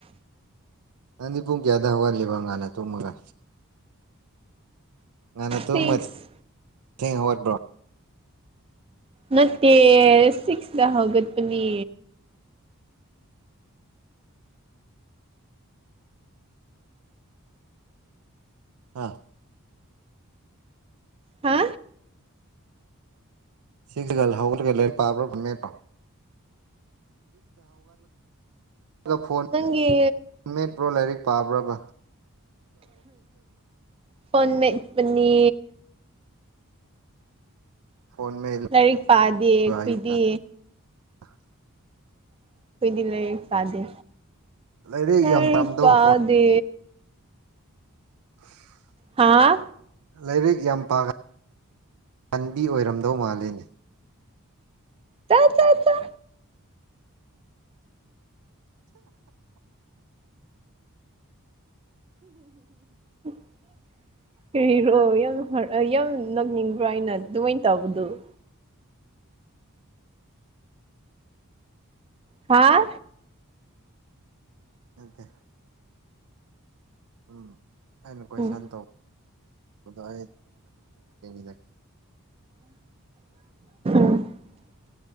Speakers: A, on the right (about 80°); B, on the right (about 25°).
A: ꯅꯪꯗꯤ ꯄꯨꯡ ꯀꯌꯥꯗ ꯍꯧꯒꯠꯂꯤꯕ ꯉꯟꯅ ꯊꯨꯝꯃꯒ ꯉꯟꯅ ꯇꯨꯝꯃ
B: ꯁꯤꯛꯁ
A: ꯊꯦꯡꯅ ꯍꯧꯒꯠꯄ꯭ꯔꯣ <inaudible>
B: ꯅꯠꯇꯦ ꯁꯤꯛꯁꯇ ꯍꯧꯒꯠꯄꯅꯤ
A: ꯍꯥꯥ
B: ꯍꯥ
A: ꯁꯤꯛꯁ ꯍꯧꯒꯠꯂꯒ ꯂꯥꯏꯔꯤꯛ ꯄꯕ꯭ꯔꯣ ꯐꯣꯟ ꯃꯦꯠꯄꯔꯣ <inaudible>
B: ꯅꯪꯒꯤ
A: ꯐꯣꯟꯃꯦꯠ ꯄ꯭ꯔꯣ ꯂꯥꯏꯔꯤꯛ ꯄꯥꯕ꯭ꯔꯕꯥ <inaudible>
B: ꯐꯣꯟ ꯃꯦꯠꯄꯅꯤ
A: ꯐꯣꯟ ꯃꯦꯠꯂꯤꯕ
B: ꯂꯥꯏꯔꯤꯛ ꯄꯥꯗꯦ ꯑꯩꯈꯣꯏꯗꯤ
A: ꯑꯌꯨꯛꯇ <inaudible>
B: ꯑꯩꯈꯣꯏꯗꯤ ꯂꯩꯥꯏꯔꯤꯛ ꯄꯥꯗꯦ
A: ꯂꯥꯏꯔꯤꯛ
B: ꯂꯩꯥꯏꯔꯤꯛ
A: ꯌꯥꯝ ꯄꯥꯝꯗꯧ
B: ꯄꯥꯗꯦ
A: ꯐꯣꯟ <inaudible>
B: ꯍꯥꯥ
A: ꯂꯥꯏꯔꯤꯛ ꯌꯥꯝ ꯄꯥꯒꯟꯕꯤ ꯑꯣꯏꯔꯝꯗꯧ ꯃꯥꯜꯂꯤꯅꯦ
B: ꯆꯥ ꯆꯥ ꯆꯥ <inaudible> ꯀꯔꯤꯔꯣ ꯌꯥꯝ ꯌꯥꯝ ꯅꯣꯛꯅꯤꯡꯕ꯭ꯔꯥ ꯑꯩꯅ ꯑꯗꯨꯃꯥꯏꯅ ꯇꯧꯕꯗꯣ <unintelligible> ꯍꯥꯥ
A: <inaudible> ꯎꯝ ꯑꯩꯅ ꯀꯣꯏꯁꯟ
B: ꯎꯝ
A: ꯇꯧꯕ <inaudible>
B: <inaudible>